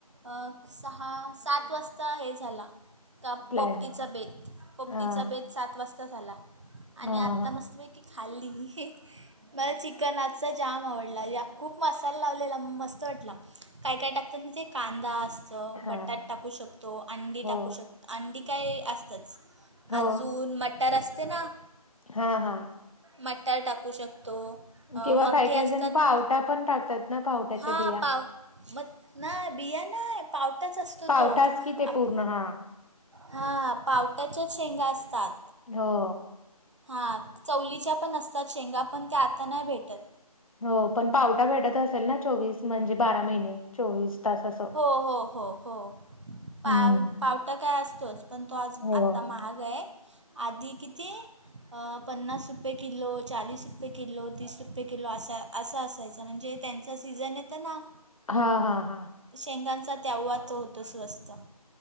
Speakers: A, on the right; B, on the left.
A: मग सहा, सात वाजता हे झाला. का
B: प्लॅन
A: पोपटीचा बेत, पोपटीचा
B: हा
A: बेत सात वाजता झाला, आणि
B: हा
A: आत्ता मस्त पै की खाल्ली. मला चिकन आजचा जाम आवडला या. खूप मसाला लावलेला मस्त वाटला. काय-काय टाकतात नाही ते कांदा अस च
B: हा
A: बटाट टाकू शकतो, अंडी
B: हो
A: टाकू शको अंडी काय असतंच.
B: हो
A: अजून मटर असते ना.
B: हा हा.
A: मटार टाकू शकतो. अ,
B: किंवा
A: मके
B: काय काय
A: असतात
B: जण पावटा पण टाकतात. ना पावट्याच्या
A: हां,
B: बिया
A: पाव म नाही, बिया नाही. पावटाच असतो
B: पावटाच
A: तो
B: कि ते
A: आप
B: पूर्ण हा
A: हा, पावट्याच्याच शेंगा असतात.
B: हो.
A: हा, चवळीच्या पण असतात शेंगा, पण त्या आता नाही भेटत.
B: हो, पण पावटा भेटत असेल ना, चोवीस म्हणजे बारा महिने. चोवीस तास आसं.
A: हो हो हो हो पाव
B: हम्म.
A: पाव. काय, असतोच. पण तो आज
B: हो
A: आत्ता महाग आहे. आधी किती पन्नास रुपये किलो, चाळीस रुपये किलो, तीस रुपये किलो असा असायचा म्हणजे त्यांच सीझन येतं ना
B: हा हा हा.
A: शेंगदाण्याचं तेव्हा तो होतो, तसं असतं.